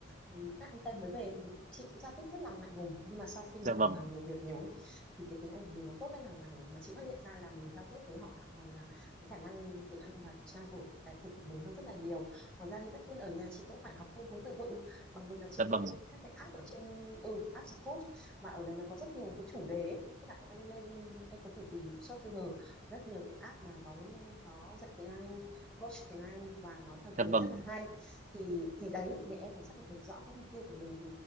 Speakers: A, in the centre; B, on the right.
A: ừ, các anh Tây mới về thì chị cũng giao tiếp rất là ngại ngùng, nhưng mà sau khi mà
B: dạ
A: càng
B: vâng
A: làm nhiều việc nhiều ấy thì cái tiếng Anh của mình nó tốt lên hàng ngày mà chị phát hiện ra là mình giao tiếp với họ hàng ngày là cái khả năng tiếng Anh và trao đổi cải thiện của mình hơn rất là nhiều. Ngoài ra thì tất nhiên ở nhà chị cũng phải học thêm vốn từ vựng bằng việc là chị
B: dạ
A: lên
B: vâng
A: cái các cái app ở trên ừ, app Coach và ở đây nó có rất nhiều cái chủ đề ấy. Tức là em lên em có thể tìm search Google rất nhiều cái app mà có có dạy tiếng Anh, coach tiếng Anh và nó theo chủ
B: dạ
A: đề
B: vâng
A: rất là hay. Thì thì đấy để em phải xác định được rõ cái mục tiêu của mình thì